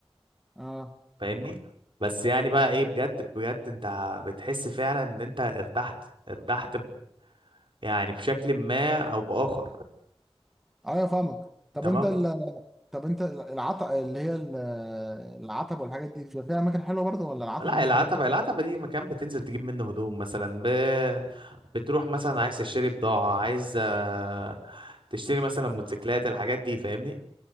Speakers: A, in the centre; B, on the right.
A: اه
B: فاهمني بس يعني بقى ايه بجد بجد انت بتحس فعلا ان انت ارتحت ارتحت ب- يعني بشكل ما او باخر
A: ايوه فاهمك طب
B: تمام
A: انت ال... طب انت العتب اللي هي ال- العتبه والحاجات دي بيبقى فيها اماكن حلوه برضه ولا العتبه
B: لا
A: دي
B: العتبة
A: كلها
B: العتبة دي مكان بتنزل تجيب منه هدوم مثلا ب... بتروح مثلا عايز تشتري بضاعة عايز آه، تشتري مثلا موتوسيكلات الحاجات دي فاهمني